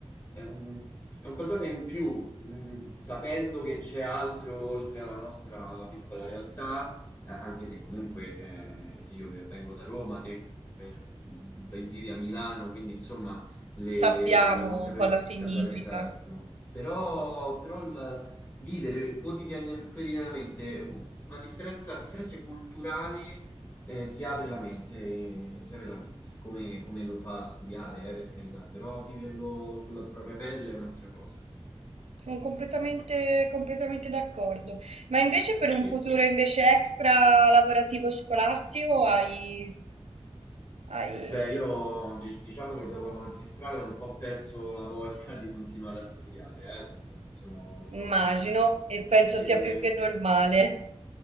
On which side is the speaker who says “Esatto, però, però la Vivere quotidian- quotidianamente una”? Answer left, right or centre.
Left